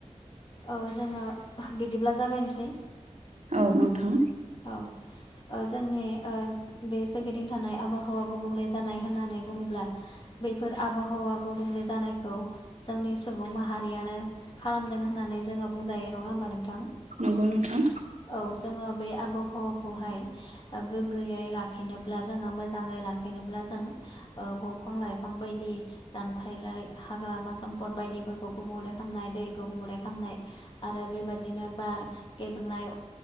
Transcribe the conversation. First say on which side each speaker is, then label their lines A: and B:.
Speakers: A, on the left (about 45°); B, on the right (about 75°).
A: औ जोङो बिदिब्ला जागायनोसै
B: औ नोंथां
A: औ। जोंनि बे सोरगिदिं थानाय आबहावा गुबुंले जानाय होननानै बुङोब्ला। बेैफोर आबहावा गुबुंले जानायखौ जोंनि सुबुं माहारियानो खालामदों होननानै जोङो बुंजायो नङा होमबा नोंथां?
B: नगौ नोंथां।
A: औ जोङो बे आबहावाखौहाय गोग्गोयै लाखिनोब्ला जोङो मोजाङै लाखिनोब्ला जों बंफां -लाइफां बायदि दानफैलाय हाग्रामा, सम्फद बायदि। फोरखौ गुबुंले खामनाय दै गुबुंले खामनाय आरो बेबायदिनो बार गेबेंनाय